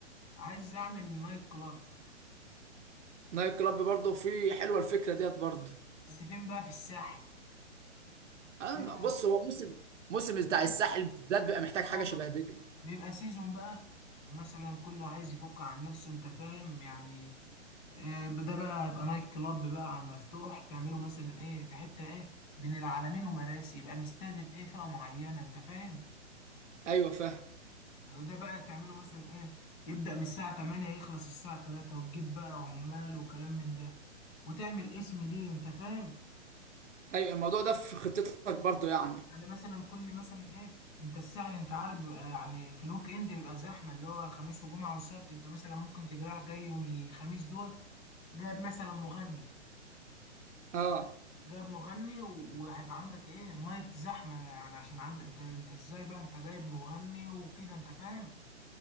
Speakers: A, on the left; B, on the right.
A: عايز اعمل نايت كلاب
B: نايت كلاب برضه في حلوه الفكره ديت برضه
A: بس فين بقى في الساحل
B: أنا-
A: بيبقى
B: بص هو موسم موسم بتاع
A: بيبقى
B: الساحل بالذات بيبقى محتاج حاجه
A: سيزون
B: شبه دي
A: بيبقى سيزون بقى ومثلا كله عايز يفك عن نفسه انت فاهم يعني آه، ده بقى يبقى نايت كلاب بقى عن مفتوح تعمله مثلا ايه في حتة ايه بين العلمين ومراسي يبقى مستهدف ايه فئة معينة انت فاهم
B: ايوه فاهم
A: وده بقى تعمله مثلا ايه يبدأ من الساعة 8 يخلص الساعة 3 وتجيب بقى عمال وكلام من ده وتعمل اسم ليه انت فاهم
B: ايوه الموضوع ده في خطتك برضه يعني
A: يعني مثلا كل مثلا ايه انت الساعة اللي انت عارف بيبقى يعني في الويك اند بيبقى زحمة اللي هو خميس وجمعة والسبت انت مثلا ممكن تجرح جاي يوم الخميس دوت جاب مثلا مغني
B: اه
A: جاب مغني و- وهيبقى عندك ايه نايت زحمة يعني عشان عندك انت انت ازاي بقى انت جايب مغني وكده انت فاهم